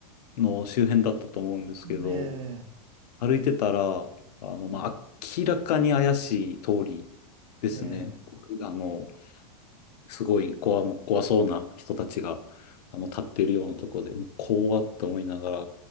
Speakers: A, on the left; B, on the right.
A: の周辺だったと思うんですけど、
B: ええ、
A: 歩いてたら、あの、まあ、明らかに怪しい通りですね。
B: ええ、
A: あの、すごい怖、怖そうな人たちが、あの、立ってるようなとこで、もう怖って思いながら、